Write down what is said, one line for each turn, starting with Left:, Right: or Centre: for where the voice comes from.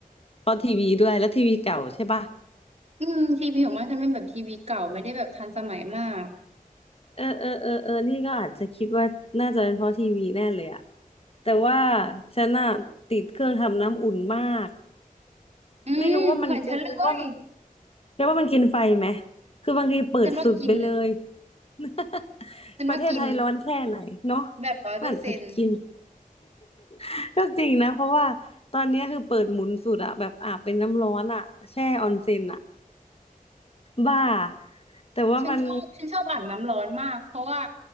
Left: เพราะทีวีด้วยแล้วทีวีเก่าใช่ปะ
Right: อืมทีวีของมันฉันเป็นแบบทีวีเก่าไม่ได้แบบทันสมัยมาก
Left: เออเออเออเออนี่ก็อาจจะคิดว่าน่าจะเป็นเพราะทีวีแน่เลยอ่ะ แต่ว่าฉันน่ะติดเครื่องทำน้ำอุ่นมาก
Right: อืมเหมือนฉันเลย
Left: ไม่รู้ว่ามันเรียก็ตว่ามัน แค่ว่ามันกินไฟไหม คือบางทีเปิดสุดไปเลย
Right: ฉันว่ากิน
Left: <laughs>
Right: ฉันว่ากิน
Left: ประเทศไทยร้อนแค่ไหนเนาะ
Right: แบบร้อยเปอร์เซ็นต์
Left: มันอาจจะกิน <laughs> ก็จริงนะเพราะว่าตอนเนี้ยคือเปิดหมุนสุดอะแบบอาบเป็นน้ำร้อนอะแช่ออนเซ็นอะบ้าแต่ว่ามัน
Right: ฉันชอบฉันชอบอาบน้ำร้อนมากเพราะว่า